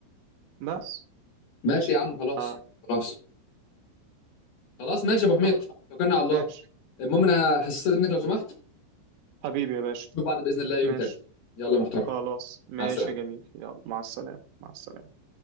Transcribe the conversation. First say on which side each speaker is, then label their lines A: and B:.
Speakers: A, on the right (about 80°); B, on the left (about 65°).
A: بس
B: ماشي يا عم خلاص
A: آه،
B: خلاص خلاص ماشي يا ابو حميد
A: فخر
B: توكلنا على الله
A: ماشي
B: المهم انا هستاذنك لو سمحت
A: حبيبي يا باشا
B: نشوف بعض باذن الله يوم
A: ماشي
B: تاني يلا يا محترم
A: خلاص ماشي
B: مع السلامه
A: يا جميل يلا مع السلامه مع السلامه